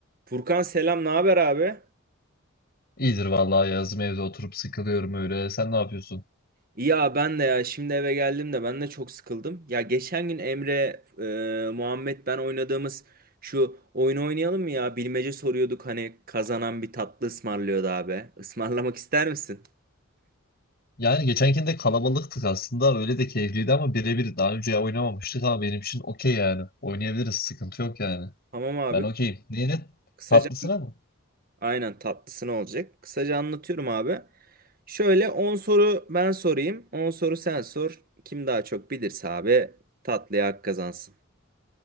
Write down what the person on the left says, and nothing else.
İyidir vallahi yazım evde oturup sıkılıyorum öyle. Sen ne yapıyorsun?
Yani geçenkinde kalabalıktık aslında. Öyle de keyifliydi ama birebir daha önce oynamamıştık ama benim için okey yani. Oynayabiliriz sıkıntı yok yani.
Ben okeyim. Neyine?
Tatlısına mı?